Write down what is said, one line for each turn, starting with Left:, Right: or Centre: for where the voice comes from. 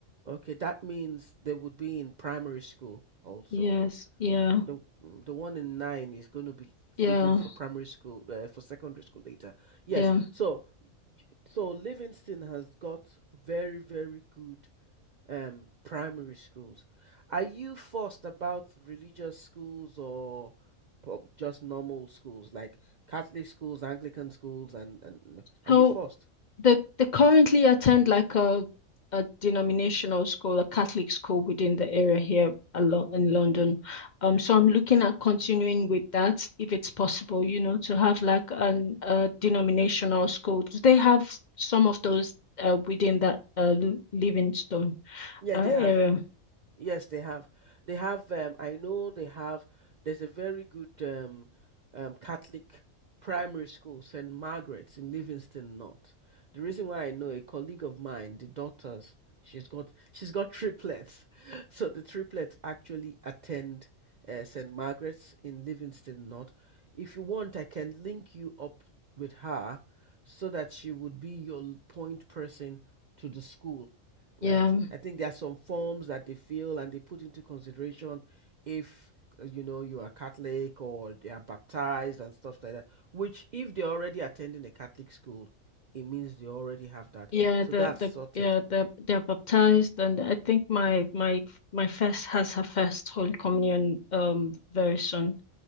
Right: Okay, that means they would be in primary school also.
Left: Yes, yeah,
Right: The mm, the one in nine is going to be
Left: yeah,
Right: leaving for primary school uh, for secondary school later. Yes,
Left: yeah.
Right: so j- so Livingston has got very very good um primary schools. Are you fussed about religious schools or prob- just normal schools like Catholic schools, Anglican schools, and and and- are
Left: So
Right: you fussed?
Left: the they currently attend like a a denominational school, a Catholic school within the area here along in London. Um, so I'm looking at continuing with that if it's possible, you know, to have like an a denominational school. Do they have some of those uh, within that uh, L- Livingstone
Right: Yeah,
Left: uh,
Right: they have.
Left: area?
Right: Yes, they have. They have, um, I know they have, there's a very good um, um, Catholic primary school, St. Margaret's in Livingston North. The reason why I know a colleague of mine, the daughters, she's got she's got triplets. <laughs> So the triplets actually attend uh, St. Margaret's in Livingston North. If you want, I can link you up with her so that she would be your point person to the school right?
Left: Yeah.
Right: I think there are some forms that they fill and they put into consideration if uh, you know you are Catholic or they are baptized and stuff like that. Which, if they're already attending a Catholic school, it means they already have that.
Left: Yeah,
Right: So
Left: the
Right: that's
Left: the
Right: sorted.
Left: yeah the they're baptized, and I think my my my first has her first Holy Communion um very soon.